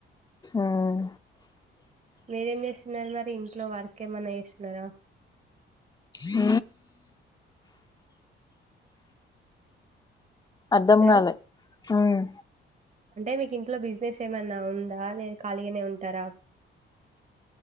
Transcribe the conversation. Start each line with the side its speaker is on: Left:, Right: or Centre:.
Left: మ్మ్
Right: మీరేం జేస్తున్నారు మరి ఇంట్లో వార్కెమన్నా ఏస్తున్నారా.?
Left: ఊ. అర్ధంగాలే
Right: హలో
Left: హ్మ్.
Right: అంటే మీకింట్లో బిజినెస్ ఏమైనా ఉందా.? ! లే ఖాళీగానే ఉంటారా.? !